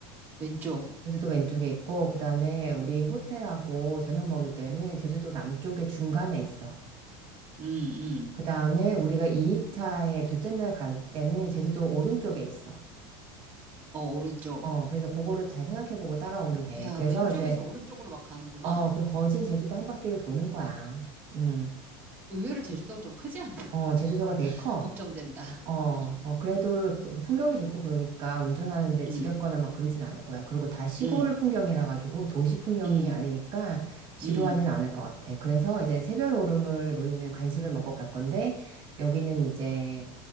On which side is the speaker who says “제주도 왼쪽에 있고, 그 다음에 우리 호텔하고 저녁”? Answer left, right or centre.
Right